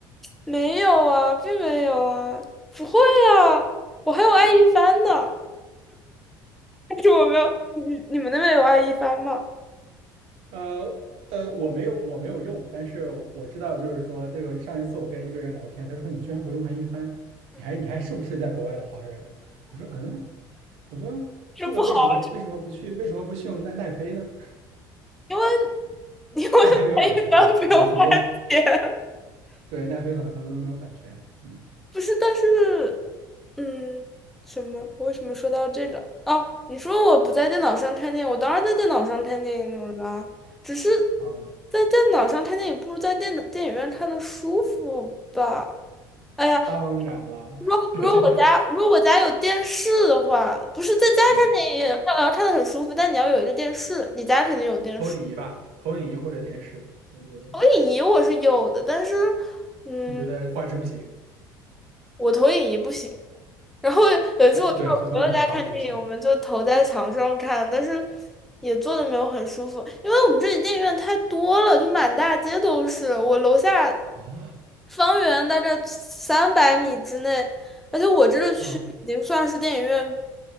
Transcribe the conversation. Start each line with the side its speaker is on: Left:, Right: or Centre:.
Centre: 没有啊，并没有啊，不会啊，我还有爱一帆呢，但是我没有，你你们那边有爱一帆吗？
Right: 呃呃，我没有我没有用，但是我知道就是说这个上一次我跟一个人聊天，他说你居然不用爱一帆，你还你还是不是在国外的华人？我说嗯。我说这个为什么为什么不去为什么不去用奈奈飞呢？
Centre: 这不好啊，这因为因为爱一帆不用花钱。
Right: 奈飞没有版权吧？可能很多对奈飞可能很多都没有版权。嗯
Centre: 不是，但是，嗯，什么？我为什么说到这个？哦，你说我不在电脑上看电影，我当然在电脑上看电影了，只是
Right: 啊，
Centre: 在电脑上看电影不如在电脑电影院看的舒服吧？哎呀，
Right: 当然了，
Centre: 如果如果我家如果我家有电视的话，
Right: <laughs> 这
Centre: 不是在家看电影，
Right: 嗯
Centre: 那要看的很舒服，但你要有一个电视，你家肯定有电视。
Right: 投影仪吧，投影仪或者电视吧，我觉得，
Centre: 投影仪我是有的，但是。嗯。
Right: 你觉得画质不行
Centre: 我投影仪不行。然后有一次我去我朋友家看电影，
Right: 啊，对，就投影仪的画质不行。
Centre: 我们就投在墙上看，但是也坐的没有很舒服，因为我们这里电影院太多了，就满大街都是。我楼下
Right: 啊？
Centre: 方圆大概三百米之内，而且我这个区已经算是电影院
Right: 嗯